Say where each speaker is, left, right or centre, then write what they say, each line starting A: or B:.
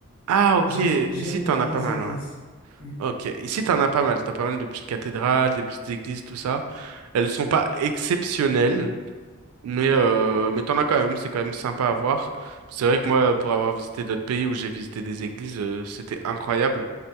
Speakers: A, on the right; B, on the left.
A: Ah, ok.
B: J'aime,
A: Ici,
B: j'aime voir
A: t'en as
B: les
A: pas mal,
B: églises.
A: ouais.
B: Oui,
A: Ok. Ici, t'en as pas mal. T'as pas mal de petites cathédrales, des petites églises, tout ça. Elles sont pas exceptionnelles, mais,
B: oui.
A: euh, mais t'en as quand même. C'est quand même sympa à voir. C'est vrai que moi, pour avoir visité d'autres pays où j'ai visité des églises, euh, c'était incroyable.